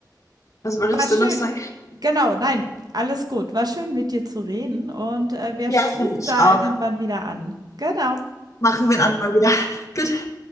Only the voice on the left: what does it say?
was würdest
du noch sagen?
Ja,
finde ich
auch.
Machen wir ein andermal wieder. Gut, tschüss.